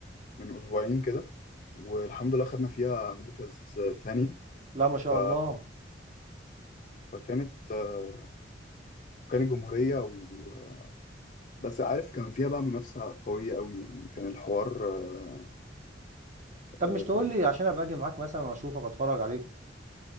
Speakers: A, on the left; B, on the right.
A: من اسبوعين كده والحمد لله خدنا فيها مركز تاني
B: لا ما شاء
A: ف...
B: الله
A: فكانت آه، كانت جمهورية و... بس عارف كان فيها بقى منافسة قوية قوي يعني كان الحوار آه،
B: طب
A: آه،
B: مش تقول لي عشان ابقى اجي معاك مثلا واشوفك اتفرج عليك